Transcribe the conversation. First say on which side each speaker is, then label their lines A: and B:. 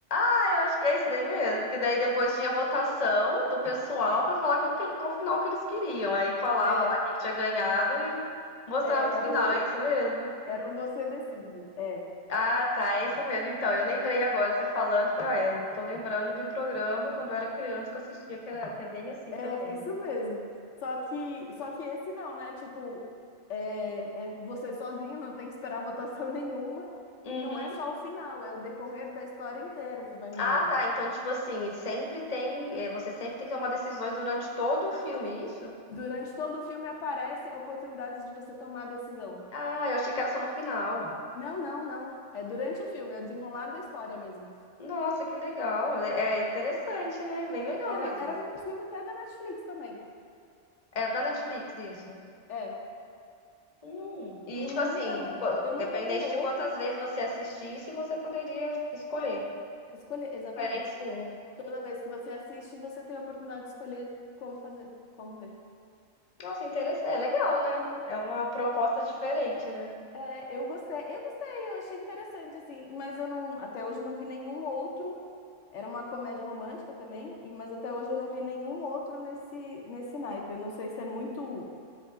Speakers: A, on the left; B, on the left.
A: Ah, eu acho que é isso daí mesmo. Que daí depois tinha votação do pessoal pra falar qual, que, ele- qual final que eles queriam. Aí falava
B: É,
A: lá quem que tinha ganhado e mostrava
B: É,
A: o
B: era
A: final.
B: o,
A: É isso mesmo?
B: era o você decide. É,
A: Ah, tá. É isso mesmo. Então, eu lembrei agora, você falando. Falei, ah, eu tô lembrando de um programa quando eu era criança que eu assistia que, era, que é bem assim também.
B: é isso mesmo. Só que, só que esse não, né? Tipo, é, é você sozinho, não tem que esperar votação <laughs> nenhuma.
A: Uhum.
B: E não é só o final, é o decorrer da história inteira que vai mudando.
A: Ah, tá. Então, tipo assim, sempre tem. eh, Você sempre tem que tomar decisões durante todo o filme, é isso?
B: Durante todo o filme aparece oportunidades de você tomar a decisão.
A: Ah, eu achei que era só no final.
B: Não, não, não. É durante o filme, é o desenrolar da história mesmo.
A: Nossa, que legal. É é interessante, né? Bem legal
B: Era,
A: mesmo.
B: era um filme até da Netflix também.
A: É da Netflix, isso.
B: é
A: Hum, E,
B: Eu
A: tipo
B: nunca,
A: assim, co-
B: eu nunca
A: dependente
B: vi outro
A: de quantas vezes você assistisse, você poderia escolher
B: escolher. Exatamente.
A: diferentes rumos.
B: Toda vez que você assiste, você tem a oportunidade de escolher como fazer, como ver.
A: Nossa, interessante. É legal, né? É uma proposta diferente, né?
B: É, eu gostei, eu gostei, eu achei interessante, assim, mas eu não, até hoje não vi nenhum outro. Era uma comédia romântica também, e, mas até hoje eu não vi nenhum outro nesse, nesse naipe. Eu não sei se é muito.